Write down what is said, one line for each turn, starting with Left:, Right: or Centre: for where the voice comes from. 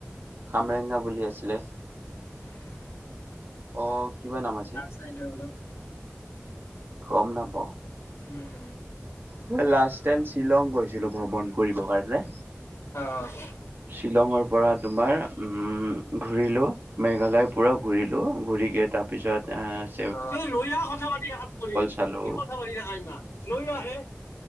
Right: খামৰেংগা বুলি আছিলে।
Left: <unintelligible>
Right: অ', কিবা নাম আছে।
Left: চাইডৰ অলপ
Right: গ'ম নাপাওঁ।
Left: উম।
Right: মই লাষ্ট টাইম শ্বিলং গৈছিলো ভমণ কৰিব কাৰণে।
Left: অ'।
Right: শ্বিলঙৰ পৰা তোমাৰ উম ঘূৰিলোঁ মেঘালয় পুৰা ঘূৰিলোঁ, ঘূৰিকে তাত পিছত এ
Left: তই লৈ আহ কথা পাতি থকাত কৰি,
Right: চালো।
Left: কি কথা পাতি থকা ইমান। চিঞৰি আহে,